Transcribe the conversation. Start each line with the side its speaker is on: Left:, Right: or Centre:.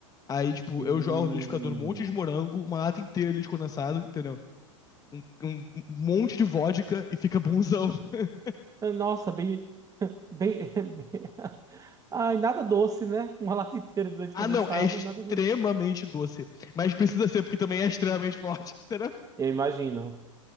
Left: Aí, tipo,
Right: Hum.
Left: eu jogo no liquidificador um monte de morango, uma lata inteira de leite condensado, entendeu? Um, um- um monte de vodka e fica bonzão. <laughs>
Right: Nossa, bem, bem, <laughs> bem- Ai, nada doce, né? Uma lata inteira de leite
Left: Ah,
Right: condensado,
Left: não, é extremamente
Right: nada doce.
Left: doce. Mas precisa ser porque também é extremamente forte, <laughs> entendeu?
Right: Eu imagino.